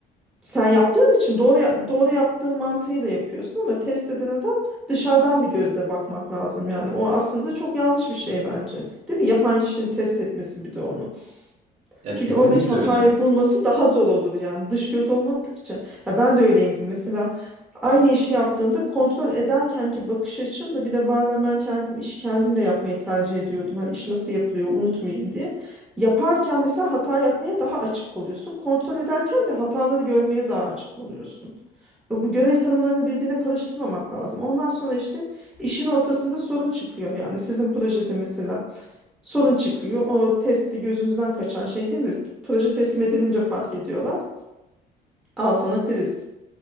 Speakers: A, in the centre; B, on the right.
A: sen yaptığın için doğru doğru yaptığın mantığıyla yapıyorsun ama test eden adam dışarıdan bir gözle bakmak lazım yani o aslında çok yanlış bir şey bence değil mi yapan kişinin test etmesi bir de onu.
B: ya
A: Çünkü
B: kesinlikle
A: oradaki hatayı
B: öyle.
A: bulması daha zor olur yani dış göz olmadıkça. Ya ben de öyleyimdir. Mesela aynı işi yaptığımda kontrol ederken ki bakış açımla bir de bazen ben kendim işi kendim de yapmayı tercih ediyordum. Hani iş nasıl yapılıyor unutmayayım diye. Yaparken mesela hata yapmaya daha açık oluyorsun. Kontrol ederken de hataları görmeye daha açık oluyorsun. Ve Bu görev tanımlarını birbirine karıştırmamak lazım. Ondan sonra işte işin ortasında sorun çıkıyor yani. Sizin projede mesela Sorun çıkıyor. O testi gözünüzden kaçan şey değil mi? Proje teslim edilince fark ediyorlar. Al sana kriz.